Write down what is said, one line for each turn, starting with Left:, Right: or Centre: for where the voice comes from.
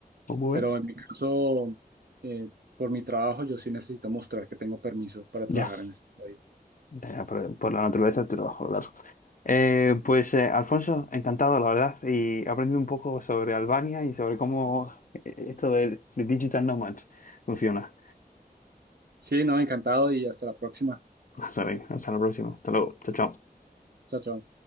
Left: ¿Cómo
Right: Pero
Left: ves?
Right: en mi caso, eh, por mi trabajo, yo sí necesito mostrar que tengo permiso para trabajar
Left: Ya,
Right: en este país.
Left: ya, ya, por, por la naturaleza del trabajo, claro. Eh, pues eh, Alfonso, encantado, la verdad, y aprendí un poco sobre Albania y sobre cómo eh, esto de, de Digital Nomads funciona.
Right: Sí, no, encantado y hasta la próxima.
Left: <laughs> Hasta, hasta la próxima. Hasta luego. Chao, chao.
Right: Chao, chao.